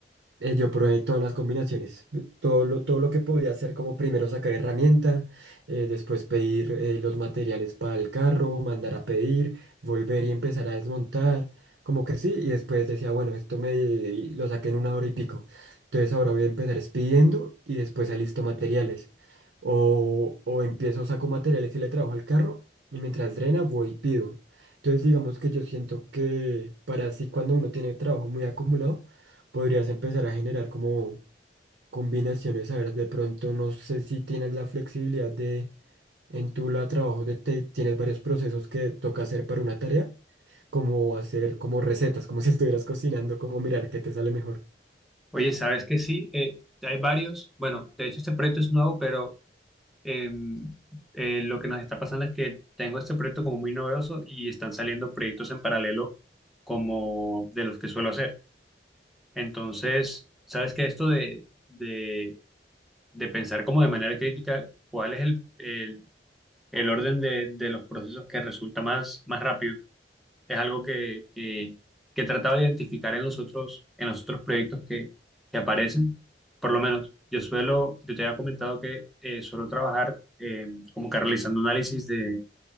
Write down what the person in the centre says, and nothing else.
Oye, ¿sabes que sí? Eh, hay varios. Bueno, de hecho este proyecto es nuevo, pero em, eh, lo que nos está pasando es que tengo este proyecto como muy novedoso y están saliendo proyectos en paralelo como de los que suelo hacer. Entonces, sabes que esto de, de, de pensar como de manera crítica, cuál es el, el, el orden de, de los procesos que resulta más, más rápido es algo que, que, que he tratado de identificar en los otros, en los otros proyectos que, que aparecen. Por lo menos, yo suelo, yo te había comentado que eh, suelo trabajar eh, como que realizando análisis de,